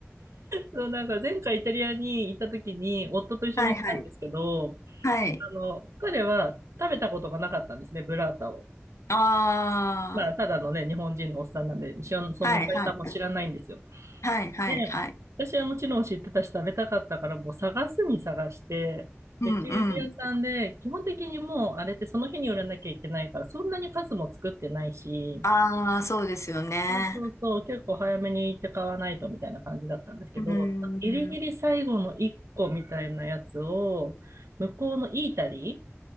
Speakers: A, on the right; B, on the left.
A: そう、なんか前回イタリアに行った時に夫と一緒に行ったんですけど、
B: はいはい。はい。
A: あの、彼は食べたことがなかったんですね、ブラータを。
B: あ
A: まあ、ただのね、日本人のおっさんなんで、しょそんなされたもん知らないんですよ。
B: あ、はいはい。はいはいはい。
A: で、私はもちろん知ってたし食べたかったから、もう探すに探して、
B: うんうん。
A: でチーズ屋さんで、基本的にもうあれってその日に売らなきゃいけないから、そんなに数も作ってないし、
B: ああ、そうですよね。
A: そうそうそう、結構早めに行って買わないとみたいな感じだったんですけど、
B: うん。
A: ギリギリ最後の1個みたいなやつを、向こうのイータリ